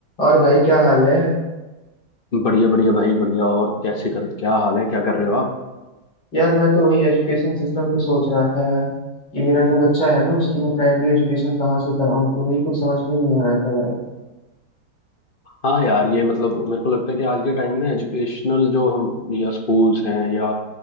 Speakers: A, on the left; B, on the left.
A: और भाई क्या हाल है
B: बढ़िया बढ़िया भाई बढ़िया और कैसे कर क्या हाल है क्या कर रहे हो आप
A: यार मैं तो वही एजुकेशन सिस्टम पे सोच रहा था यार कि मेरा जो बच्चा है ना उसकी मैं प्राइमरी एजुकेशन कहाँ से कराऊं तो वही कुछ समझ में नहीं आ रहा था यार
B: हाँ यार ये मतलब मेरे को लगता है कि आज के टाइम में ना एजुकेशनल जो हम या स्कूल्स हैं या